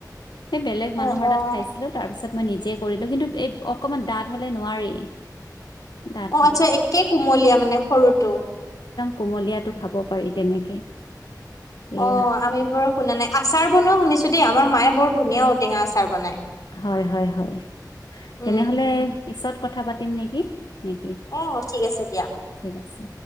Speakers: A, on the left; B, on the left.
A: সেই বেলেগ
B: অ',
A: মানুহৰ
B: অ'।
A: তাত খাইছিলো তাৰ পিছত মই নিজে কৰিলো কিন্তু এই অকমান দাঠ হ'লে নোৱাৰি ডাঠ
B: অ
A: হ'লে
B: আচ্ছা একে কুমলীয়া মানে সৰুটো?
A: কুমলিয়টো খাব পাৰি তেনেকে। এয়া
B: অ আমি বোৰ শুনা নাই আচাৰ বনোৱাও শুনিছো দেই আমাৰ মায়ে বৰ ধুনীয়া ঔটেঙা আচাৰ বনায়।
A: হয় হয় হয় তেনেহলে
B: উম উম উম।
A: পিছত কথা পাতিম নেকি? নেকি
B: অ ঠিক আছে দিয়া।
A: ঠিক আছে।